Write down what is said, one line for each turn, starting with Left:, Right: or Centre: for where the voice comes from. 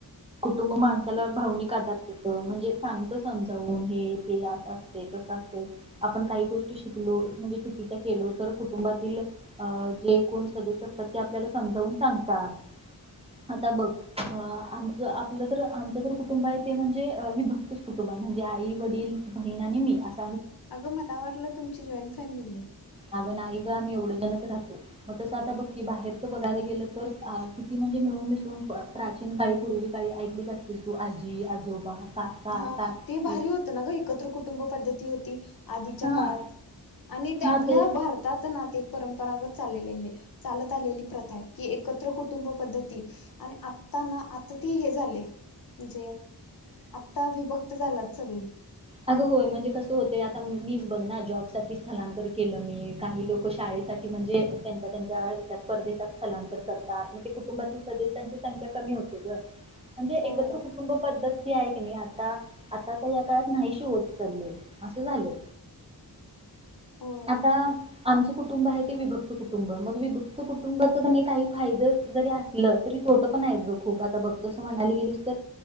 Right: कुटुंब माणसाला
Left: बरोबर
Right: भावनिक
Left: आहे.
Right: आधार देत म्हणजे सांगत समजावून हे ते असं असतय, तसं असतय, आपण काही गोष्टी शिकलो म्हणजे चुकीच्या केलो तर कुटुंबातील अ जे कोण सदस्य असतात ते आपल्याला समजावून सांगतात, आता बघ अ आम ज आपलं तर आमचं तर कुटुंब आहे ते म्हणजे अ विभक्तच कुटुंब आहे म्हणजे आई, वडील, बहीणआणि मी अस
Left: अगं मला वाटलं तुमची जॉईंट फॅमिली आहे.
Right: अगं नाही ग आम्ही एवढंजणच राहतो मग तसं आता बघकी बाहेरच बघायला गेलं तर किती म्हणजे मिळून मिसळून प्राचीन काळी पूर्वी काळी ऐकलीच असतील तू आजी आजोबा काका
Left: हां
Right: काकी
Left: ते भारी होतं ना ग एकत्र कुटुंब पद्धत ती होती आधीच्या
Right: हा
Left: काळात आणि
Right: हा
Left: आपल्या
Right: ते
Left: भारतात ना ते परंपरागत चाललेली आहे चालत आलेली प्रथा आहे कि एकत्र कुटुंब पद्धती आणि आता ना आता ते हे झाले म्हणजे आप आता विभक्त झालात सगळी
Right: अगं होय म्हणजे कसं होतय आता मीच बघ ना जॉबसाठी स्थलांतर केलं मी, काही लोक शाळेसाठी म्हणजे त्यांच्या त्यांच्या याच्यात परदेशात स्थलांतर करतात म्हणजे कुटुंबातील सदस्यांची संख्या कमी होते गं. म्हणजे
Left: होय
Right: एकत्र कुटुंब पद्धत जी आहे नाही आता आता तर या काळात नाहीशी होत चालले असं झालं
Left: होय
Right: आता आमच कुटुंब आहे ते विभक्त कुटुंब मग विभक्त कुटुंबाच काही फायदं जरी असलं तरी तोट पण आहेत ग खूप आता बघत अस म्हणायला गेलीस तर